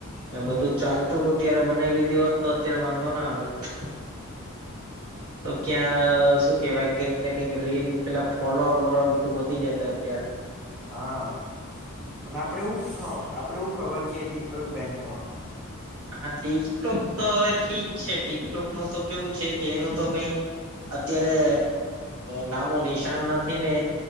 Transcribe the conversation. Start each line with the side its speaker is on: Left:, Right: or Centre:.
Right: એ
Centre: હમ
Right: બધું ચાલતું હતું ત્યારે બનાવી લીધી હોત તો અત્યારે વાંધો ના આવે. <inaudible> તો ક્યાં શું કેહેવાય કઈક ને કઈક રીલ પેલા ફોલોઅર બોલોઅર બધું વધી જત અત્યારે
Centre: હા પણ આપણે એવું આપણે એવું ખબર કે એ ટીકટોક બેન થવાનું.
Right: હા ટિકટોક તો હવે ઠીક છે ટિકટોક નું તો કેવું છે કે એનું તો કઈ અત્યારે નામો નિશાન નથી ને